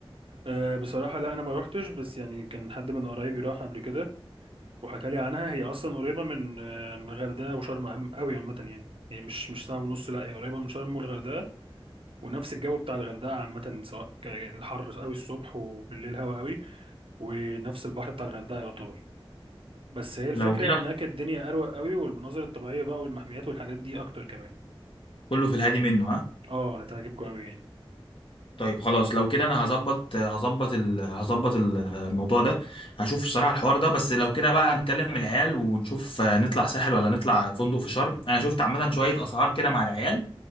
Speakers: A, on the right; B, on the left.
A: أه بصراحة لا أنا ما روحتش بس يعني كان حد من قرايبي راح قبل كده وحكى لي عنها هي أصلا قريبة من آه، من الغردقة وشرم أوي عامة يعني هي مش مش ساعة ونص لا هي قريبة من شرم والغردقة ونفس الجو بتاع الغردقة عامة سواء ك- الحر أوي الصبح وبالليل هوا أوي ونفس البحر بتاع الغردقة يعتبر بس هي الفكرة
B: لو كده
A: هناك الدنيا أروق أوي والمناظر الطبيعية بقى والمحميات والحاجات دي أكتر كمان
B: كله في الهادي منه ها
A: اه هتعجبكم أوي يعني
B: طيب خلاص لو كده انا هظبط هظبط ال... هظبط ال- الموضوع ده هشوف الصراحه الحوار ده بس لو كده بقى هنكلم العيال ونشوف آه، نطلع ساحل ولا نطلع فندق في شرم انا شفت عامه شويه اسعار كده مع العيال